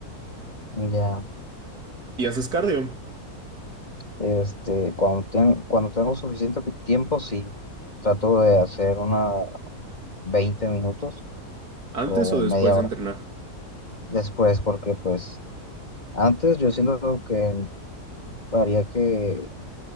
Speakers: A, on the left; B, on the right.
A: ya.
B: ¿Y haces cardio?
A: Este, cuando, ten- cuando tengo suficiente tiempo, sí, trato de hacer una 20 minutos
B: ¿Antes
A: o
B: o
A: media
B: después de
A: hora
B: entrenar?
A: después, porque pues antes yo siento que haría que